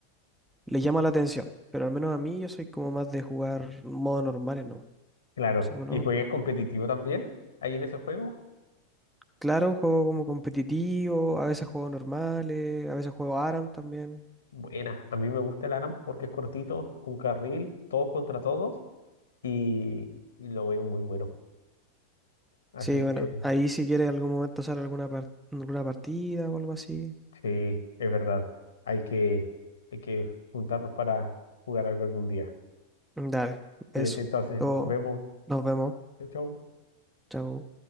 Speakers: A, in the centre; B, on the left.
A: le llama la atención. Pero al menos a mí yo soy como más de jugar modos normales, ¿no?
B: Claro,
A: Así como no.
B: ¿y juegas competitivo también ahí en ese juego?
A: Claro, juego como competitivo, a veces juego normales, a veces juego ARAM también.
B: Buena, a mí me gusta el ARAM porque es cortito, un carril, todos contra todos, y, y lo veo muy bueno. Así
A: Sí, bueno,
B: que
A: ahí si quieres algún momento hacer alguna, par- alguna partida o algo así,
B: sí, es verdad, hay que, hay que juntarnos para jugar algo algún día.
A: dale,
B: Cuídate
A: eso.
B: entonces,
A: Todo,
B: nos vemos.
A: nos vemos.
B: Chau, chau.
A: Chao.